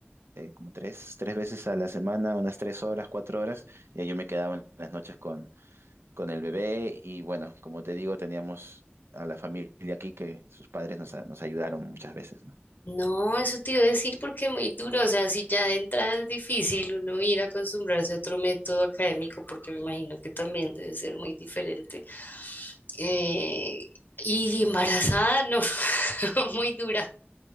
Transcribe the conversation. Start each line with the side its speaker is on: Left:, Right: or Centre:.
Right: eh, como tres, tres veces a la semana, unas tres horas, cuatro horas, y ahí yo me quedaba en las noches con, con el bebé. Y bueno, como te digo, teníamos a la familia aquí que sus padres nos, a- nos ayudaron muchas veces, ¿no?
Left: No, eso te iba a decir porque es muy duro, o sea, si ya de entrada es difícil uno ir a acostumbrarse a otro método académico, porque me imagino que también debe ser muy diferente. Eh, y embarazada, no, <laughs> muy dura,